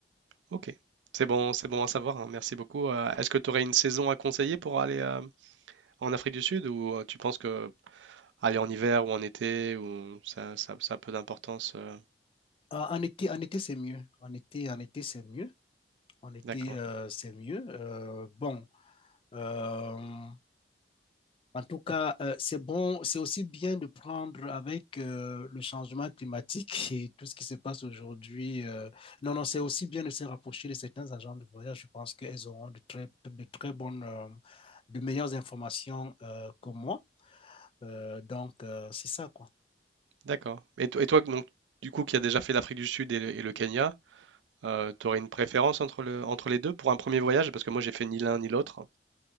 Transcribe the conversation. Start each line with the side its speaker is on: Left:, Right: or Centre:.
Right: ok. C'est bon, c'est bon à savoir, hein, merci beaucoup. Euh, est-ce que tu aurais une saison à conseiller pour aller euh, en Afrique du Sud ou euh, tu penses que aller en hiver ou en été ou ça, ça, ça a peu d'importance euh,
Left: Euh, en été, en été, c'est mieux. En été, en été, c'est mieux. En été,
Right: D'accord,
Left: euh, c'est mieux. Euh, bon, Euh, en tout cas, euh, c'est bon, c'est aussi bien de prendre avec euh, le changement climatique <laughs> et tout ce qui se passe aujourd'hui. euh, non, non, c'est aussi bien de se rapprocher de certains agents de voyage. Je pense qu'elles auront de très, de très bonnes, euh, de meilleures informations euh, que moi. Euh, donc, euh, c'est ça, quoi.
Right: d'accord. Et, to- et toi, donc, du coup, qui as déjà fait l'Afrique du Sud et le, et le Kenya, Euh, t'aurais une préférence entre le, entre les deux pour un premier voyage? Parce que moi, j'ai fait ni l'un ni l'autre.